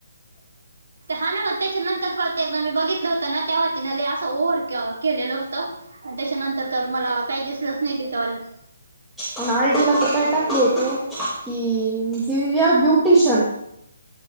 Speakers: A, on the right; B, in the centre.
A: हा ना मग त्याच्यानंतर प ते एकदा मी बघितलं होतं ना त्या वतीिने ल असं ओव्हर केलेलं होतं. त्याच्यानंतर तर मला काही दिसलंच नाही तिचावालं
B: पण आयडीला तर काय टाकल होतं की दिव या ब्युटिशयन